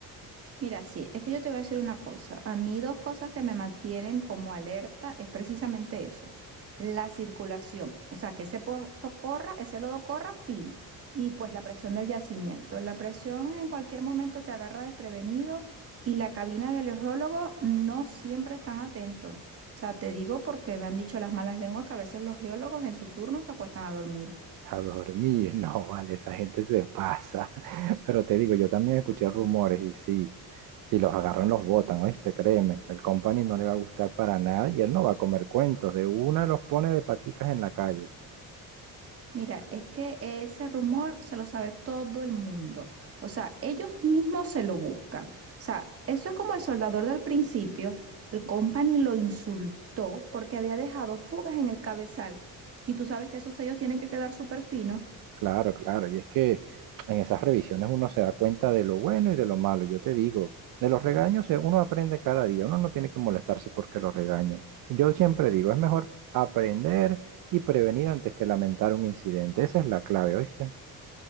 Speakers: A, on the right; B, on the right.
A: Mira, sí, es que yo te voy a decir una cosa. A mí dos cosas que me mantienen como alerta es precisamente eso, la circulación, o sea, que ese pozo corra, ese lodo corra fino y pues la presión del yacimiento. La presión en cualquier momento te agarra desprevenido y la cabina del geólogo no siempre están atentos. O sea, te digo porque me han dicho las malas lenguas que a veces los geólogos en su turno se acuestan a dormir.
B: A dormir, <laughs> no, vale, esa gente se pasa. <laughs> Pero te digo, yo también escuché rumores y sí, si los agarran los botan, ¿oíste? Créeme, el company no le va a gustar para nada y él no va a comer cuentos, de una los pone de paticas en la calle.
A: Mira, es que ese rumor se lo sabe todo el mundo. O sea, ellos mismos se lo buscan. O sea, eso es como el soldador del principio. El company lo insultó porque había dejado fugas en el cabezal. Y tú sabes que esos sellos tienen que quedar súper finos.
B: Claro, claro, y es que en esas revisiones uno se da cuenta de lo bueno y de lo malo. Yo te digo, de los regaños eh, uno aprende cada día, uno no tiene que molestarse porque lo regañen. Yo siempre digo, es mejor aprender y prevenir antes que lamentar un incidente. Esa es la clave, ¿oíste?